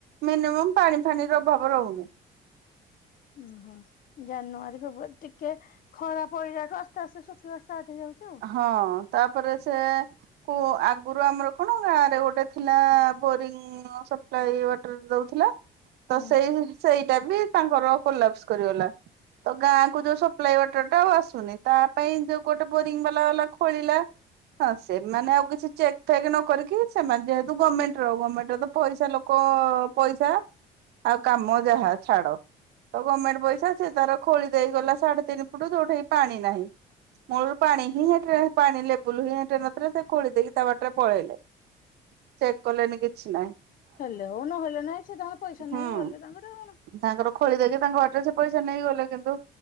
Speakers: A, on the right; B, on the left.
A: ମିନିମମ୍ ପାଣି ଫାଣିର ଅଭାବ ରହୁନି।
B: ହୁଁ ହୁଁ। ଜାନୁଆରୀ ଫେବୃୟାରୀ ଟିକେ ଖରାପ ପଇଲାଠୁ ଆସ୍ତେ ଆସ୍ତେ ଶୁଖିବା ଷ୍ଟାର୍ଟ ହେଇଯାଉଛି। ଆଉ
A: ହଁ ତାପରେ ସେ କୁ ଆଗରୁ ଆମର କଣ ଗାଁ ରେ ଗୋଟେ ଥିଲା ବୋରିଙ୍ଗ। ସପ୍ଲାୟୀ ୱାଟର ଦଉଥିଲା ତ
B: ହୁଁ।
A: ସେଇ ସେଇଟା ବି ତାଙ୍କର ପୋଲାପସ କରିଗଲା। ତ ଗାଁକୁ ଯୋଉ ସପ୍ଲାାଇ ୱାଟର ଟା ଆଉ ଆସୁନି ତା ପାଇଁ ଯୋଉ ଗୋଟେ ବୋରିଙ୍ଗ ବାଲା ବାଲା ଖୋଳିିଲା। ହଁ ସେମାନେ ଆଉ କିଛି ଚେକ୍ ଫେକ୍ ନ କରିକି ସେମାନେ ଯେହେୁ ଗମେଣ୍ଟର ଗମେଣ୍ଟ ର ତ ପଇାସା ଲୋକ କ ପଇସା ଆଉ କାମ ଯାହା ଛାଡ। ତ ଗମେଣ୍ଟ ପଇସା ସେ ତାର ଖୋଳି ଦେଇ ଗଲା ସାଢେ ତିନି ଫୁଟ ଯୋଉଠି କି ପାଣି ନାହିଁ। ମୂଳରୁ ପାଣି ହିଁ ହେ ପାଣି ଲେବୁଲ ହିଁ ହେଟି ନଥିଲା ସେ ଖୋଳି ଦେଇକି ତା ବାଟରେ ପଳେଇଲେ। ଚେକ୍ କଲେଣିି କିଛି ନହିଁ।
B: ହେଲେ ହଉ ନହେଲେ ନାଇଁ ସେ ତାଙ୍କର ପଇସା
A: ହୁଁ।
B: ନେଇକି ଗଲେ ତାଙ୍କର କଣ।
A: ତାଙ୍କର ଖୋଳି ଦେଇକି ତାଙ୍କ ବାଟରେ ସେ ପଇସା ନେଇଗଲେ କିନ୍ତୁ